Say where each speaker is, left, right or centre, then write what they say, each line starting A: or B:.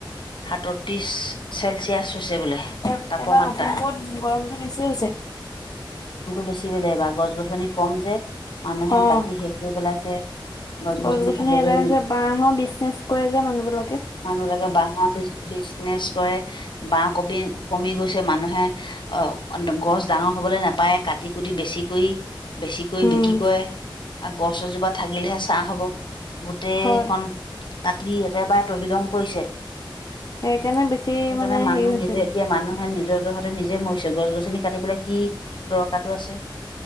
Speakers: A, on the left; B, on the left.
A: সাতত্ৰিশ চেলচিয়াছ হৈছে বোলে
B: এ
A: তাপমাত্ৰা।
B: এবাৰ লখিমপুৰত গৰমটো বেছি হৈছে।
A: বেছি বেলেগ বা গছ-গছনি কম যে মানুহে
B: অ',
A: কাটি শেষ কৰি পেলাইছে। গছ-গছনি
B: গছ গছনি
A: থাকিবলৈ
B: এদাই
A: নি
B: হৈছে বাঁহৰ বিজনেছ কৰে যে মানুহ বিলাকে।
A: মানুহিলাকে বহ বিজনেচ কৰে বা কপি কমি গৈছে মানুহে অ গছ ডাঙৰ হ'বলৈ নাপায় কাটি কুটি বেছি কৰি বেছিকৈ
B: উম,
A: বিক্ৰী কৰে আৰু গছ এজোপা থাকিলেহে ছা হ'ব। গোটেইখন
B: হয়
A: কাটি একেবাৰে তহিলং কৰিছে।
B: সেইকাৰণে
A: সেইকাৰণে
B: বেছি মানে
A: মানুহ
B: হেৰি হৈছে।
A: নিজে এতিয়া মানুহ নিজৰজহতে নিজে মৰিছে গছ গছনি কাটিবলৈ কি দৰকাৰটো আছে।